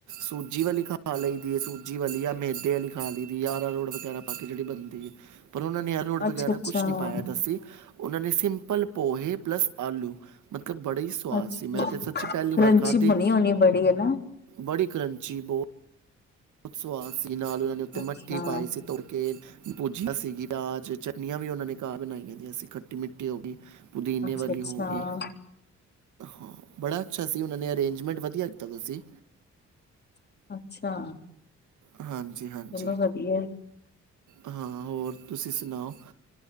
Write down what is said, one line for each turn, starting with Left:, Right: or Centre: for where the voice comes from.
Right: ਸੂਜੀ ਵਾਲੀ ਖਾ ਲਈ ਦੀ ਆ, ਸੂਜੀ ਵਾਲੀ ਜਾਂ ਮੈਦੇ ਆਲੀ ਖਾ ਲਈ ਦੀ ਜਾਂ, ਆਰਰੋਟ ਵਗੈਰਾ ਪਾ ਕੇ ਜਿਹੜੀ ਬਣਦੀ ਆ। ਪਰ ਉਹਨਾਂ ਨੇ ਆਰਾਰੋਟ
Left: ਅੱਛਾ
Right: ਵਗੈਰਾ,
Left: ਅੱਛਾ
Right: ਕੁਛ ਨਹੀਂ ਪਾਇਆ ਦੱਸੀ ਉਹ ਨੇ ਸਿੰਪਲ ਪੋਹੇ ਪਲੱਸ ਆਲੂ ਮਤਲ ਬੜੇ ਹੀ ਸਵਾਦ
Left: ਅੱਛਾ
Right: ਸੀ, ਮੈਂ ਤੇ ਸੱਚੀ ਪਹਿਲੀ
Left: ਕਰੰਚੀ
Right: ਵਾਰ ਖਾਂਦੀ
Left: ਬਣੀ ਹੋਣੀ ਬੜੀ ਹੈ ਨਾ
Right: ਬੜੀ ਕ੍ਰੰਚੀ ਬਹੁ ਬਹੁਤ ਸਵਾਦ ਸੀ। ਨਾਲ ਉਹਨਾਂ ਨੇ ਉੱਤੇ ਮੱਠੀ
Left: ਅੱਛਾ
Right: ਪਾਈ ਸੀ, ਤੋੜ ਕੇ ਪੂਜੀਆਂ ਸੀਗੀ, ਪਿਆਜ ਚਟਨੀਆਂ ਵੀ ਉਹਨਾਂ ਨੇ ਘਰ ਬਣਾਈਆਂ ਦੀਆਂ ਸੀ। ਖੱਟੀ ਮਿੱਠੀ ਹੋ ਗਈ। ਪੁਦੀਨੇ
Left: ਅੱਛਾ
Right: ਵਾਲੀ
Left: ਅੱਛਾ
Right: ਹੋ ਗਈ ਹਾਂ, ਬੜਾ ਅੱਛਾ ਸੀ ਉਹਨਾਂ ਨੇ ਅਰੇਂਜਮੈਂਟ ਵ ਆ ਕੀਤਾ ਪਿਆ ਸੀ।
Left: ਅੱਛਾ
Right: ਹਾਂਜੀ-ਹਾਂਜੀ,
Left: ਚਲੋ ਵਧੀਆ
Right: ਹਾਂ-ਹਾਂ ਹੋਰ ਤੁਸੀਂ ਸੁਣਾਓ?